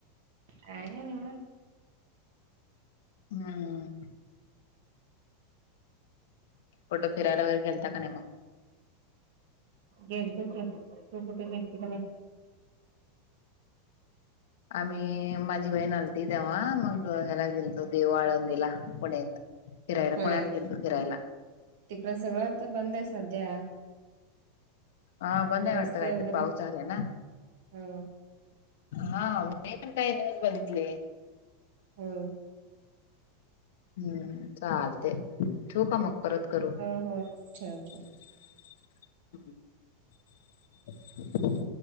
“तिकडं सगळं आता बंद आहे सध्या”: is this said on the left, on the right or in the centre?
Right